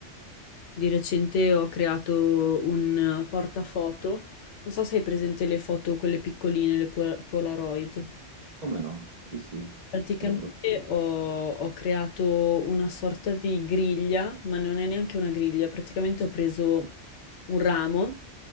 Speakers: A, on the left; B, on the right.
A: Di recente ho creato un eh, portafoto, non so se hai presente le foto, quelle piccoline, le pola- Polaroid.
B: come no? Sì, sì,
A: Praticamente
B: quelle foto.
A: ho, ho creato una sorta di griglia, ma non è neanche una griglia, praticamente ho preso un ramo